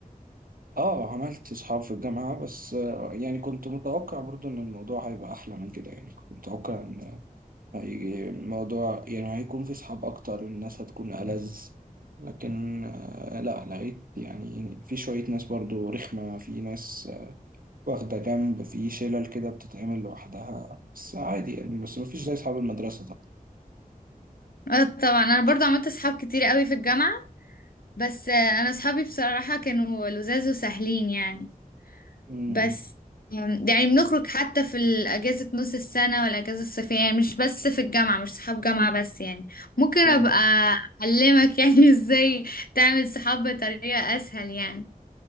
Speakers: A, on the right; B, on the left.
A: آه عملت أصحاب في الجامعة بس آه، يعني كنت متوقع برضو إن الموضوع هيبقى أحلى من كده يعني كنت متوقع إن هي- الموضوع يعني هيكون في صحاب أكتر الناس هتكون ألذ لكن آه، لا لقيت يعني في شوية ناس برضو رخمة في ناس آه، واخدة جنب في شلل كده بتتعمل لوحدها بس عادي يعني بس مفيش زي أصحاب المدرسة طبعا
B: اه طبعا انا برضو عملت اصحاب كتير قوي في الجامعة بس آه، انا اصحابي بصراحة كانوا لذاذ وسهلين يعني
A: أمم.
B: بس آم، يعني بنخرج حتى في الاجازة نص السنة والاجازة الصيفية يعني مش بس في الجامعة مش صحاب جامعة بس يعني ممكن ابقى
A: اه
B: اعلمك يعني <laughs> ازاي تعمل صحاب بطريقة اسهل يعني